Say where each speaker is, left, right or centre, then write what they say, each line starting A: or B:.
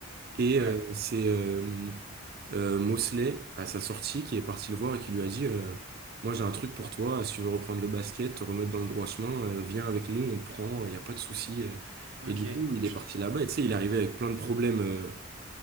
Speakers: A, on the right; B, on the right.
A: Et
B: Ouais.
A: euh, c'est euh, euh, Mosley, à sa sortie, qui est parti le voir et qui lui a dit euh, Moi, j'ai un truc pour toi. Si tu veux reprendre le basket, te remettre dans le droit chemin, euh, viens avec nous, on te prend, il n'y a pas de souci. euh.
B: Ok.
A: Et du coup, il
B: Chut.
A: est parti là-bas. Et tu sais, il arrivait avec plein de problèmes, euh,